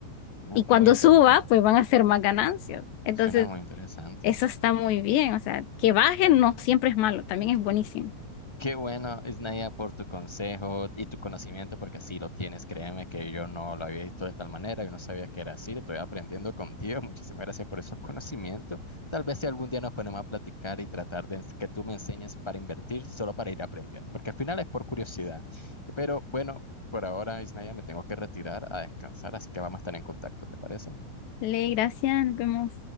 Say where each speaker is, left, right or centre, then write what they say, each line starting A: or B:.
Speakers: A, in the centre; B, on the left.
A: Suena
B: Y
A: Muy
B: cuando
A: interesante.
B: suba, pues van a ser más ganancias. Entonces,
A: Suena muy interesante.
B: eso está muy bien. O sea, que bajen no siempre es malo, también es buenísimo.
A: Qué bueno, Isnaya, por tu consejo y tu conocimiento, porque sí lo tienes. Créeme que yo no lo había visto de tal manera, yo no sabía que era así. Estoy aprendiendo contigo. <laughs> Muchísimas gracias por esos conocimientos. Tal vez si algún día nos ponemos a platicar y tratar de ens- que tú me enseñes para invertir, solo para ir aprendiendo, porque al final es por curiosidad. Pero bueno, por ahora, Isnaya, me tengo que retirar a descansar, así que vamos a estar en contacto, ¿te parece?
B: Le, gracias, nos vemos.